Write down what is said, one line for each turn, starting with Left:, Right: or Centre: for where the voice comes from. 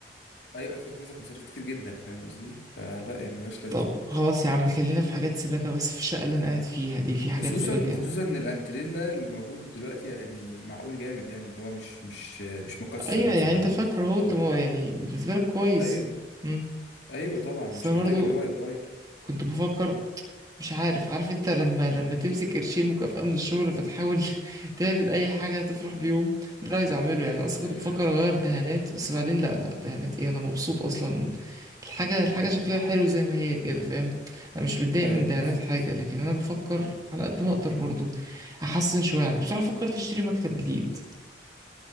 Left: أيوة أكتب في نفسك مصاريف كتير جدا فاهم قصدي فلا يعني ملهاش لازمة
Right: طب خلاص يا عم خلينا في حاجات سباكة بس في الشقة اللي أنا قاعد فيها دي في حاجات
Left: خصوصا
Right: سباكة
Left: خصوصا إن الانتريلا اللي موجود دلوقتي يعني معقول جامد يعني اللي هو مش مش مش مكسر
Right: ايوه
Left: مثلا
Right: يعني انت فاكره هو انت
Left: ال...
Right: مو- يعني بالنسبه لك كويس
Left: أيوة
Right: امم
Left: أيوة طبعا مش
Right: بس انا برضو
Left: محتاج اللي هو يتغير
Right: كنت بفكر مش عارف عارف انت لما لما تمسك قرشين مكافأة من الشغل فتحاول <laughs> تعمل اي حاجه تفرح بيهم ده اللي عايز اعمله يعني انا اصلا
Left: أيوة
Right: كنت بفكر
Left: أيوة
Right: اغير دهانات بس بعدين لا لا دهانات ايه انا مبسوط اصلا الحاجه الحاجه شكلها حلو زي ما هي كده فاهم انا مش متضايق
Left: أيوة
Right: من دهانات
Left: بالظبط
Right: حاجه لكن انا بفكر على قد ما اقدر برضو احسن شويه يعني بصراحه فكرت اشتري مكتب جديد